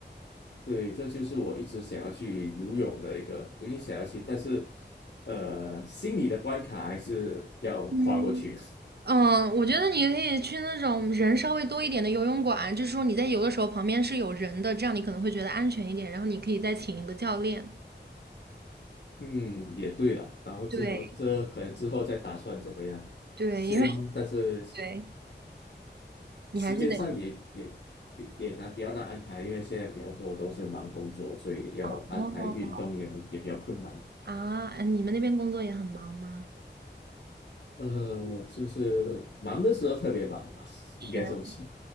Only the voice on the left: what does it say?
对，这就是我一直想要去游泳的一个，我也想要去，但是呃，心理的关卡还是要跨过去。
<laughs> 嗯，也对了。然后之后这可能之后再打算怎么样，
先，
但是
时间上也也也也难，比较难安排，因为现在比较多都是忙工作，所以要安排运动也也比较困难。
呃，就是忙的时候特别忙吧，
应该这么说。